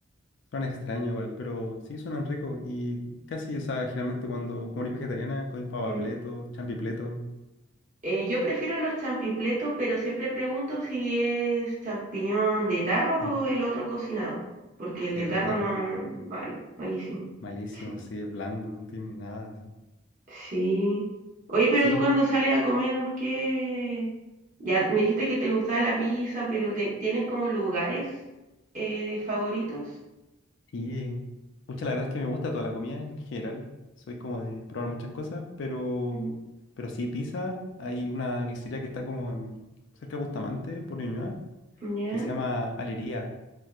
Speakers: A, on the left (about 55°); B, on the right (about 35°).
A: Suena extraño igual, pero sí suenan ricos. Y casi, o sea, generalmente cuando como eres vegetariana, comes papapleto,
B: Mm.
A: champipleto.
B: Eh, yo prefiero los champipletos, pero siempre pregunto si es champiñón de tarro
A: En-
B: o el otro cocinado, porque el
A: Sí,
B: de
A: el
B: tarro
A: de tarro
B: no, malo, malísimo.
A: malísimo,
B: Sí.
A: así, es blando, no tiene ni nada. así.
B: Sí. Oye, pero
A: Sí,
B: tú cuando sales a comer, ¿qué? Ya me dijiste que te gustaba la pizza, pero te- ¿tienes como lugares eh, favoritos?
A: y pucha, la verdad es que me gusta toda la comida en general. Soy como de probar muchas cosas, pero,
B: Mm,
A: pero sí, pizza. Hay una pizzería que está como en- cerca de Bustamante, por Ñuñoa,
B: Ya.
A: que se llama Alería.